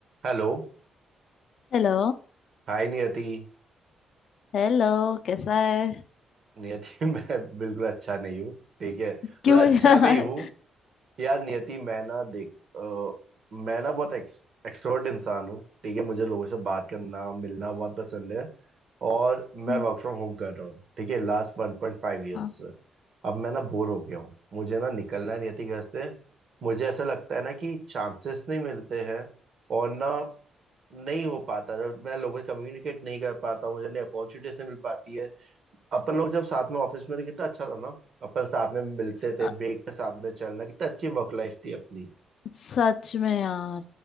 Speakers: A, on the right; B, on the left.
A: Hello
B: Hello
A: Hi Niyati
B: Hello कैसा है
A: नियति <laughs> मैं बिल्कुल अच्छा नहीं हूँ ठीक है मतलब
B: क्यों यार
A: अच्छा भी हूँ यार नियति मैं ना देख अ, मैं ना बहुत एक्स, एक्सट्रोवर्ट इंसान हूँ ठीक है मुझे लोगों से बात करना मिलना बहुत पसंद है और मैं
B: हम्म,
A: वर्क फ्रॉम होम कर रहा हूँ ठीक है last one point five years
B: हाँ,
A: से अब मैं ना बोर हो गया हूँ मुझे ना निकलना है नियति घर से मुझे ऐसा लगता है ना कि चांसेस नहीं मिलते हैं और ना नहीं हो पाता जब मैं लोगों से कम्युनिकेट नहीं कर पाता हूँ मुझे नहीं अपॉर्चुनिटी से मिल पाती है अपन लोग जब साथ में ऑफिस में थे कितना अच्छा था ना अपन साथ में मिलते
B: स-
A: थे ब्रेक के साथ में चलना कितना अच्छी वर्क लाइफ थी अपनी
B: सच में यार